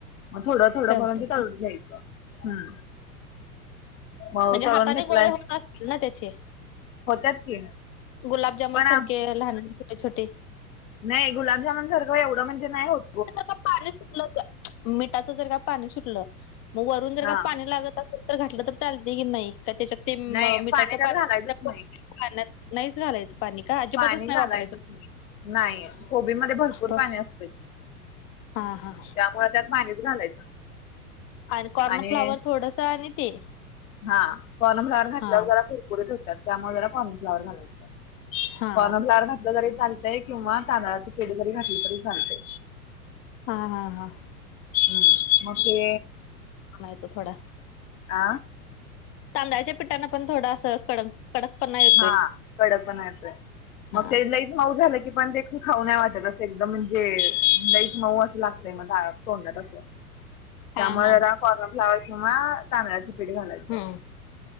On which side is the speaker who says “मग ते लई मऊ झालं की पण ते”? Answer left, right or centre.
Left